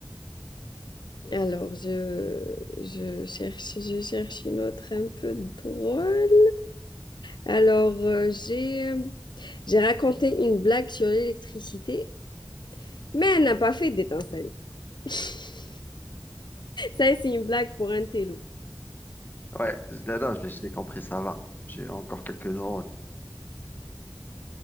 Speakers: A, on the left; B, on the left.
A: Alors, je, je cherche, je cherche une autre un peu drôle. Alors, euh, j'ai, euh, j'ai raconté une blague sur l'électricité, mais elle n'a pas fait d'étincelle. <laughs> Ça, c'est une blague pour un télo.
B: Ouais, non, non, je l'ai je l'ai compris, ça va. J'ai encore quelques neurones.